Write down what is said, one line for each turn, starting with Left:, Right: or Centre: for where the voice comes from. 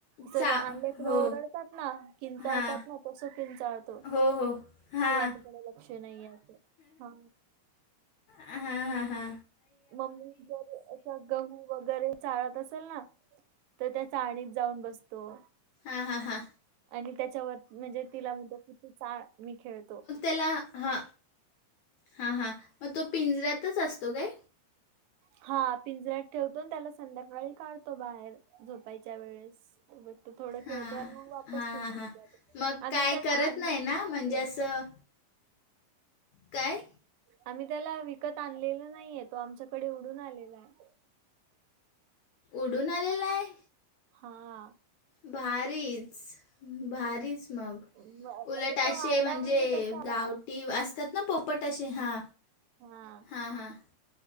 Right: चला
Left: चा
Right: लेकर
Left: हो
Right: ओरडतात ना किंचाळतात
Left: हां
Right: ना तस किंचाळतो.
Left: हो हो. हां
Right: किंवा त्याच्या कडे लक्ष नाही अस ह.
Left: हा हा हा.
Right: मम्मी जर असं गहू वगैरे चाळत असेल ना तर त्या चाळणीत जाऊन बसतो.
Left: हा हा हा.
Right: आणि त्याच्यावर म्हणजे तिला म्हणतो किती चाळ मी खेळतो.
Left: ह, हा, हा मग तो पिंजऱ्यातच असतो काय?
Right: हा पिंजऱ्यात ठेवतो न त्याला संध्याकाळी काढतो बाहेर झोपायच्या वेळेस. सोबत तो थोडं
Left: हां
Right: खेळतो आणि मग वापस
Left: हां
Right: पिंजऱ्यात
Left: हां हां
Right: जातो.
Left: मग
Right: आम्ही
Left: काय
Right: त्याला
Left: करत
Right: <unintelligible>
Left: नाही ना म्हणजे असं काय?
Right: आम्ही त्याला विकत आणलेला नाहीये तो आमच्याकडे उडून आलेला आहे.
Left: उडून आलेला आहे.
Right: हां.
Left: भारीच, भारीच मग.
Right: म- म्हणजे
Left: उलट असे
Right: तो आला
Left: म्हणजे
Right: कसा आला
Left: गावटी असतात ना पोपट असे हा.
Right: हा.
Left: हां हां.